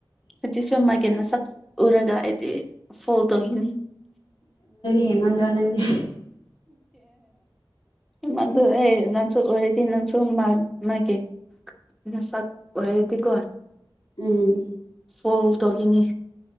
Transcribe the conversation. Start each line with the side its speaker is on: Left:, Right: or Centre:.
Centre: ꯍꯧꯖꯤꯛꯁꯨ ꯃꯥꯒꯤ ꯅꯁꯛ ꯎꯔꯒ ꯍꯥꯏꯗꯤ ꯐꯣꯜ ꯇꯧꯒꯤꯅꯤ
Left: ꯍꯦꯃꯟꯗ꯭ꯔꯣ ꯅꯪꯗꯤ
Centre: ꯃꯗꯨ ꯑꯦ ꯅꯪꯁꯨ ꯑꯣꯔꯗꯤ ꯅꯪꯁꯨ ꯃꯥ ꯃꯥꯒꯤ ꯃꯁꯛ ꯑꯣꯏꯔꯗꯤꯀꯣ
Left: ꯎꯝ
Centre: ꯐꯣꯜ ꯇꯧꯒꯤꯅꯤ